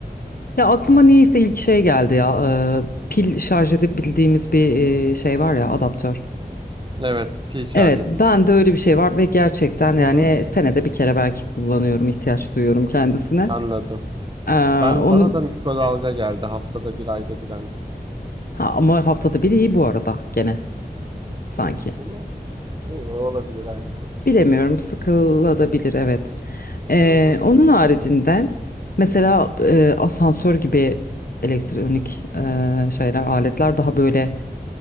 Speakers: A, on the left; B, on the right.
A: Ya aklıma niyeyse ilk şey geldi ya e, pil şarj edip bildiğimiz bir e, şey var ya adaptör.
B: evet pil şarj
A: Evet,
B: edici.
A: ben de öyle bir şey var ve gerçekten yani
B: Hı hı.
A: senede bir kere belki kullanıyorum, ihtiyaç duyuyorum kendisine.
B: Hmm, anladım.
A: Ee,
B: Ben
A: onu
B: bana da mikrodalga geldi haftada bir ayda bir anca.
A: Ha, ama haftada bir iyi bu arada gene sanki.
B: Yine sıkılmaz mı? İyi, olabilir aynı.
A: Bilemiyorum sıkılabilir evet. Ee,
B: Hı hı.
A: onun haricinde mesela e, asansör gibi elektronik e, şeyler aletler daha böyle